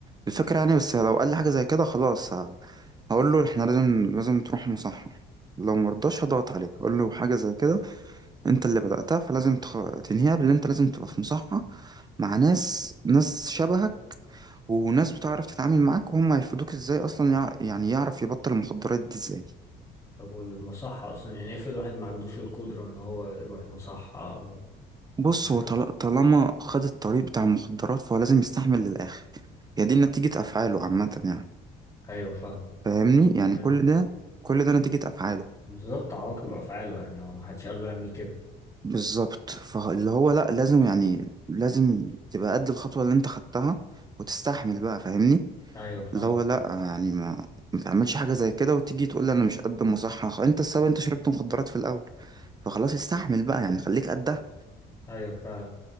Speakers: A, on the right; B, on the left.
A: الفكره يعني بس لو قال لي حاجه زي كده خلاص ه- هقول له احنا لازم لازم تروح مصحة لو مرضاش هضغط عليه هقول له حاجه زي كده انت اللي بدأتها فلازم تخ... تنهيها باللي انت لازم تبقى في مصحة مع ناس ناس شبهك وناس بتعرف تتعامل معاك وهم هيفيدوك ازاي اصلا يع... يعني يعرف يبطل المخدرات دي ازاي
B: طب والمصحة اصلا يعني افرض واحد ما عندوش القدرة ان هو يروح مصحة او
A: بص
B: مثلا.
A: هو طل... طالما خد الطريق بتاع المخدرات فهو لازم يستحمل للآخر هي دي نتيجة أفعاله عامة يعني
B: ايوه فاهم
A: فاهمني يعني
B: يعني
A: كل ده كل ده نتيجة أفعاله
B: بالظبط عواقب افعاله يعني هو ما حدش قال له يعمل كده
A: بالظبط فاللي هو لأ لازم يعني لازم تبقى قد الخطوة اللي انت خدتها وتستحمل بقى فاهمني
B: ايوه فاهم
A: اللي هو لا يعني ما ما تعملش حاجة زي كده وتيجي تقول لي انا مش قد المصحة خ- انت السبب انت شربت مخدرات في الاول فخلاص استحمل بقى يعني خليك قدها
B: ايوه فاهم